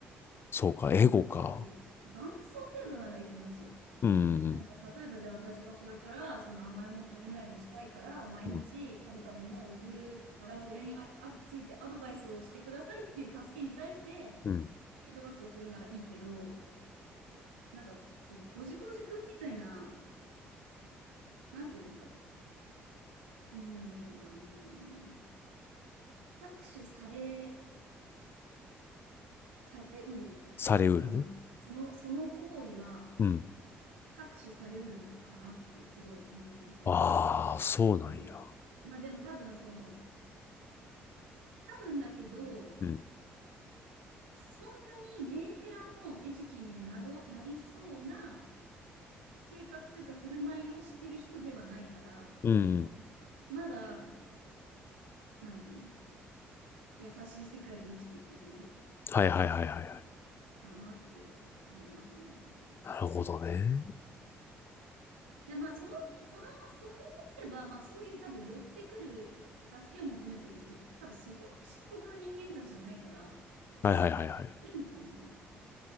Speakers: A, on the left (about 40°); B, on the right (about 75°).
A: そうか、
B: うん、
A: エゴか。
B: なんかこう、伴奏程度ならいいと思うんですよ。
A: うん。
B: なんか例えばじゃあ私がこれからその甘いもの食べないようにしたいから毎日食べたものを送るからそれにああついてアドバイスをしてくださいっていう助けに対して
A: うん。うん。
B: フィードバックをするならいいけどなんかそのこじこじくんみたいななんていうのかうーん、まあ、うーん搾取されされうる
A: されうるね。
B: かなそのその行為は
A: うん。
B: 搾取されうるかなってすごい思いますね。
A: ああ、そうなんや。
B: うん。まあでも多分その、多分だけど、
A: うん。
B: そんなにメンヘラの餌食になろ、なりそうな性格というか振る舞いをしてる人ではないから、
A: うん。
B: まだ、なんていうの、優しい世界で生きていけてる
A: はいはいはいはいはい。
B: かなって思いますね。
A: なるほどね。
B: で、まあその、その、それであれば、まあそういう多分寄ってくる助けを求めてる人って多分そこまで深刻な人間たちじゃないから、
A: はいはいはいはい。
B: いるのかもしれない。